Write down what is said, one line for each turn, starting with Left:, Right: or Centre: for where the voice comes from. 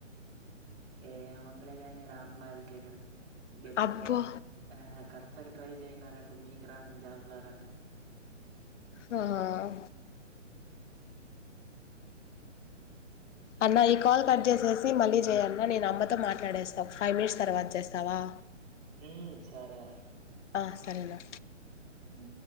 Right: ఏ వందులే కానీ రామ్మాయిలకే కదా గెటిగా
Left: అబ్బో
Right: క అట్టకు ట్రై చేసినారంటే మీకు రానును జాబ్లా రా
Left: ఆ అన్న ఈ కాల్ కట్ చేసేసి మళ్ళీ చేయాలన్న నేను అమ్మతో మాట్లాడేస్తావు ఫైవ్ మినిట్స్ తర్వాత చేస్తావా
Right: ఉ సరేరా
Left: ఆ సరేనా
Right: అ